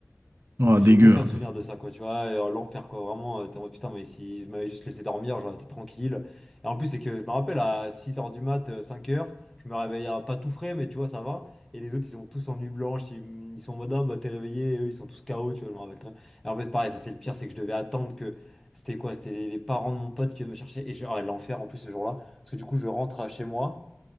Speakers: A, on the right; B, in the centre.
A: Oh,
B: j'ai
A: dégueu.
B: aucun
A: hein.
B: souvenir de ça, quoi, tu vois. et, euh, L'enfer, quoi, vraiment. euh, T'es en mode, putain, mais si je m'avais juste laissé dormir, j'aurais été tranquille. Et en plus, c'est que je me rappelle à six heures du mat, euh, cinq heures je me réveillais euh, pas tout frais, mais tu vois, ça va. Et les autres, ils sont tous en nuit blanche, ils, ils sont en mode, ah, bah, t'es réveillé, et eux, ils sont tous KO, tu vois, je me rappelle très bien. Et en fait, pareil, ça, c'est le pire, c'est que je devais attendre que. C'était quoi? C'était les, les parents de mon pote qui venaient me chercher. Et j'ai, ah, l'enfer en plus ce jour-là. Parce que du coup, je rentre à chez moi.